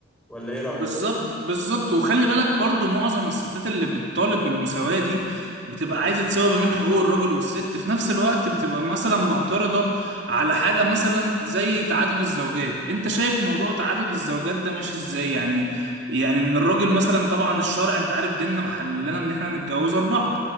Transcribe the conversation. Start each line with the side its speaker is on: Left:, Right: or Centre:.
Centre: ولا ايه رأيك
Right: بالظبط بالظبط وخلي بالك برضو معظم الستات اللي بتطالب بالمساواة دي بتبقى عايزة تساوي ما بين حقوق الراجل والست في نفس الوقت بتبقى مثلا معترضة على حاجة مثلا زي تعدد الزوجات انت شايف موضوع تعدد الزوجات ده ماشي ازاي يعني يعني ان الراجل مثلا طبعا الشرع انت عارف ديننا محللنا ان احنا نتجوز أربعة